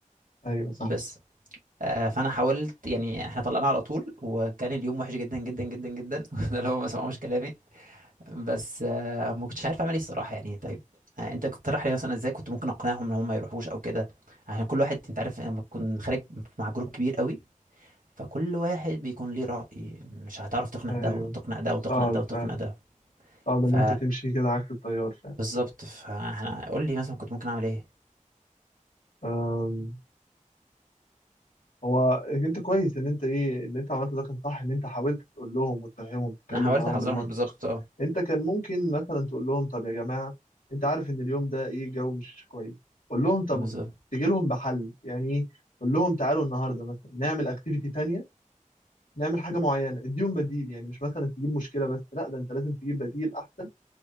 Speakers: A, on the left (about 80°); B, on the right (about 85°).
A: ايوه صح
B: بس آه، فأنا حاولت يعني احنا طلعنا على طول وكان اليوم وحش جدا جدا جدا جدا <laughs> ده اللي هو ما سمعوش كلامي بس آه، ما كنتش عارف أعمل إيه الصراحة يعني طيب آه، انت كنت تقترح لي مثلا ازاي كنت ممكن اقنعهم ان هم ما يروحوش او كده عشان كل واحد انت عارف لما تكون خارج مع جروب كبير قوي فكل واحد بيكون ليه رأي مش هتعرف تقنع
A: ايوه
B: ده وتقنع ده وتقنع
A: صعب
B: ده وتقنع
A: فعلا
B: ده
A: صعب ان
B: ف
A: انت تمشي كده عكس التيار
B: بالظبط فاحنا قول لي مثلا كنت ممكن اعمل ايه
A: فعلا هو انت كويس ان انت ايه ان انت عملت ده كان صح ان انت حاولت تقول لهم وتفهمهم تتكلم
B: انا حاولت
A: معاهم
B: احذرهم
A: بالمنطق
B: بالظبط اه
A: انت كان ممكن مثلا تقول لهم طب يا جماعه انت عارف ان اليوم ده ايه الجو مش كويس قول لهم طب
B: بالظبط
A: تيجي لهم بحل يعني ايه قول لهم تعالوا النهارده مثلا نعمل اكتيفيتي تانية نعمل حاجه معينه اديهم بديل يعني مش مثلا تجيب مشكله بس لا ده انت لازم تجيب بديل احسن